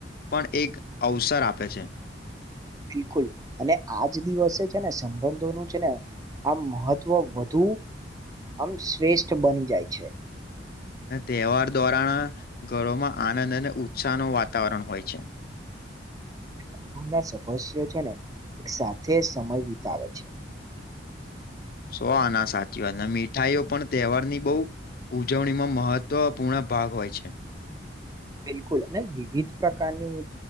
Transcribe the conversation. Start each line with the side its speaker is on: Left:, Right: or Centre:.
Left: પણ એક અવસર આપે છે.
Right: બિલકુલ અને આજ દિવસે છે ને સંબંધોનું છે ને આ મહત્વ વધુ આમ શ્રેષ્ઠ બની જાય છે.
Left: તહેવાર દ્વારા ઘરોમાં આનંદ અને ઉત્સાહ નો વાતાવરણ હોય છે. <inaudible>
Right: કટુંબ ના સદસ્યો છેને એક સાથે સમય વિતાવે છે.
Left: સોના સાચી વાત અને મીઠાઈઓ પણ તહેવાર ની બહુ ઉજવણીમાં મહત્વપૂર્ણ ભાગ હોય છે.
Right: બિલકુલ અને વિવિધ પ્રકારની